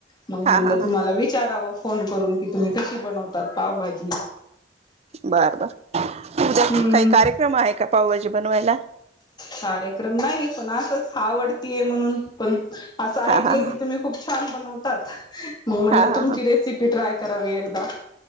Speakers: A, on the right; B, on the left.
A: हा
B: मग म्हणल,
A: हा हा
B: की तुम्हाला
A: हा
B: विचाराव फोन करून की तुम्ही कशी बनवतात? पावभाजी.
A: बर बर. उद्या
B: हम्म
A: काही कार्यक्रम आहे का? पावभाजी बनवायला.
B: कार्यक्रम नाही पण असंच, आवडतीय म्हणून पण असं ऐकलंय
A: हा हा हा
B: की, तुम्ही खूप छान बनवतात. मग म्हणलं
A: हा हा
B: तुमची रेसिपी ट्राय करावी एकदा.